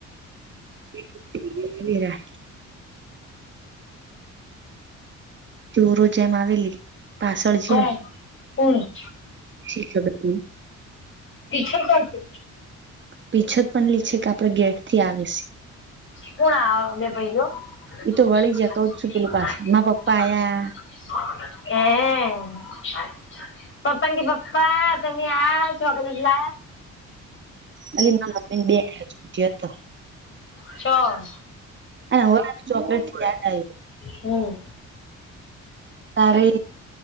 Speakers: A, on the right; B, on the left.
A: <inaudible> ચોરો જેમ આવેલી પાછળ જ્યાં
B: કોણ <unintelligible>
A: શી ખબર <unintelligible>
B: ટીચર <unintelligible>
A: પીછ જ પણ લી છે કે આપડે ગેટ થી આવે છે.
B: કોણ આવ બે ભાઈઓ <unintelligible>
A: એ તો વળી જ્યાં કઉ છું પેલું પાછળ માર પપ્પા આયા
B: <unintelligible> પપ્પા કે પપ્પા તમે આવ ચોકલેટ લાયા.
A: અલી ના મમ્મી બે <unintelligible> હતો
B: ચો?
A: અને હવે આ ચોકલેટ યાદ આવ્યું.
B: હમ.
A: તારે